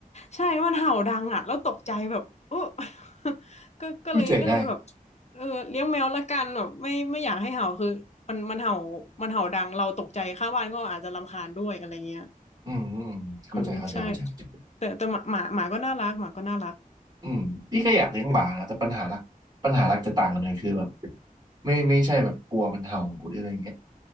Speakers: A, on the left; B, on the right.
A: ใช่มันเห่าดังอ่ะแล้วตกใจแบบโอ้ <laughs> ก็ก็เลยก็เลยแบบ
B: เข้าใจได้
A: เออเลี้ยงแมวละกันแบบไม่ไม่อยากให้เห่าคือมันมันเห่ามันเห่าดังเราตกใจข้างบ้านก็อาจจะรำคาญด้วยอะไรเงี้ย
B: อืมอืมเข้าใจเข้าใจเข้าใจเข้าใจ
A: อืมใช่แต่แต่หมาหมาหมาก็น่ารักหมาก็น่ารัก
B: อืมพี่ก็อยากเลี้ยงหมานะแต่ปัญหาหลักปัญหาหลักจะต่างกันเลยคือแบบไม่ไม่ใช่แบบกลัวมันเห่าหรืออะไรเงี้ย